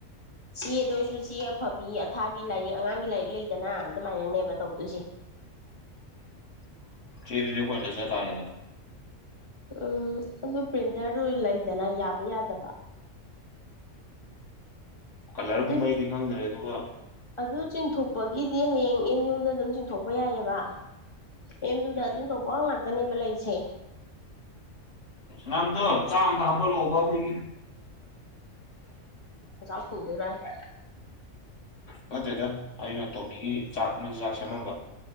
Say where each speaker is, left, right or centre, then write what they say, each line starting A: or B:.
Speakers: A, on the left (about 20°); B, on the left (about 65°).
A: ꯆꯦꯗ ꯑꯣꯏꯔꯁꯨ ꯆꯦ ꯑꯐꯕꯤ ꯑꯊꯥꯕꯤ ꯂꯥꯏꯔꯤꯛ ꯑꯉꯥꯡꯒꯤ ꯂꯥꯏꯔꯤꯛ ꯂꯩꯗꯅ ꯑꯗꯨꯃꯥꯏꯅꯅꯦꯕ ꯇꯧꯗꯣꯏꯁꯦ
B: <unintelligible> ꯆꯗꯤ ꯀ ꯆꯦ ꯇꯥꯗꯅ
A: ꯎꯝ ꯑꯗꯨ ꯄ꯭ꯔꯤꯟꯇꯔꯗꯨ ꯂꯩꯗꯅ ꯌꯥꯕ ꯌꯥꯗꯕ
B: ꯀꯜꯔ
A: ꯑꯗꯨ
B: ꯀꯨꯝꯕꯗꯤ ꯈꯪꯗꯔꯦ ꯑꯗꯨ ꯋꯥ
A: ꯑꯗꯨ ꯆꯤꯡꯊꯣꯛꯄꯒꯤꯗꯤ ꯍꯌꯦꯡ ꯑꯦꯝ ꯌꯨꯗ ꯑꯗꯨꯝ ꯆꯤꯡꯊꯣꯛꯄ ꯌꯥꯏꯑꯕ ꯑꯦꯝ ꯌꯗꯗꯗꯨꯗꯣ
B: ꯎꯝ
A: ꯄꯉ ꯇꯅꯦꯕꯂꯥꯏꯁ
B: ꯅꯪꯗꯨꯣ ꯆꯥꯡ ꯀꯕ ꯂꯕ ꯑꯣꯏ
A: ꯆꯥꯛ ꯊꯣꯡꯗꯣꯏꯔꯣ ꯍꯥꯏꯁꯦ
B: ꯅꯠꯇꯦꯗ ꯑꯩꯅ ꯇꯣꯝꯃꯤꯒꯤ ꯆꯥꯛ ꯃꯆꯤꯟꯖꯥꯛ ꯁꯦꯝꯃꯝꯕ